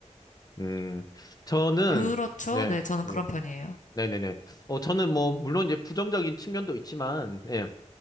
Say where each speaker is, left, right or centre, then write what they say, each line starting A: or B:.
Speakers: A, on the left; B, on the left.
A: 음, 저는,
B: 그렇죠.
A: 네,
B: 네, 저는
A: 네,
B: 그런 편이에요.
A: 네네네. 어, 저는 뭐, 물론 이제 부정적인 측면도 있지만, 예,